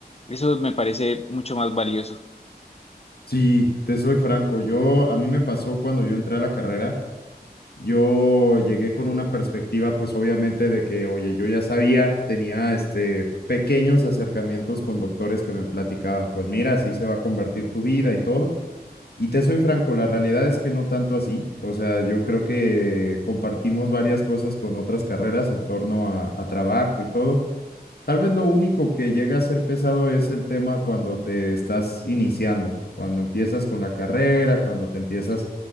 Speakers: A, on the left; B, on the left.
A: Eso me parece mucho más valioso.
B: sí, te soy franco, yo a mí me pasó cuando yo entré a la carrera, yo llegué con una perspectiva pues obviamente de que, oye, yo ya sabía, tenía este pequeños acercamientos con doctores que me platicaban, pues mira, así se va a convertir tu vida y todo. Y te soy franco, la realidad es que no tanto así. O sea, yo creo que compartimos varias cosas con otras carreras en torno a, a trabajo y todo. Tal vez lo único que llega a ser pesado es el tema cuando te estás iniciando, cuando empiezas con la carrera, cuando te empiezas